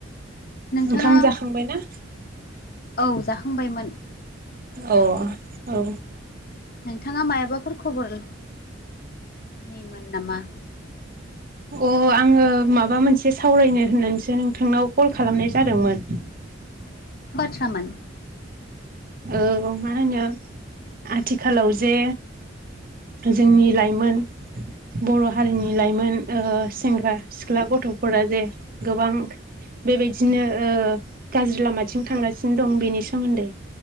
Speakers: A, on the left; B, on the right.
A: नोंथाङा
B: ओंखाम जाखांबाय ना
A: औ जाखांबायमोन।
B: औ औ।
A: नोंथाङा मायाबाफोर खबर नि मोन नामा
B: अ आङो माबा मोनसे सावरायनो होननानैसो नोंथांनाव कल खालामनाय जादोंमोन।
A: थामोन
B: औ मा होनो आथिखालाव जे जोंनि लाइमोन बर' हारिनि लाइमोन ओ सेंग्रा सिख्ला गथ'फोरा जे गोबां बेबायदिनो ओ गाज्रि लामाथिं थांगासिनो दं बेनि सोमोन्दै